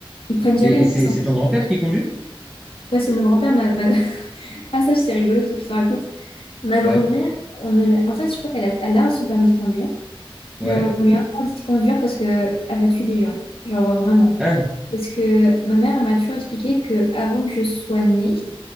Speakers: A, on the left (about 80°); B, in the centre.
A: Ils prennent
B: Mais
A: jamais
B: c'est
A: la sortie.
B: c'est ton grand-père qui conduit?
A: Ouais, c'est mon grand-père, ma, ma- Ah, ça, c'est rigolo, faut que je te raconte. Ma grand-mère,
B: Ouais,
A: on ne l'a- en fait, je crois qu'elle a, elle a son permis de conduire,
B: ouais.
A: mais on lui a interdit de conduire parce qu'elle va tuer des gens. Genre, euh, vraiment.
B: Ah,
A: Parce que ma mère, elle m'a toujours expliqué que avant que je sois née,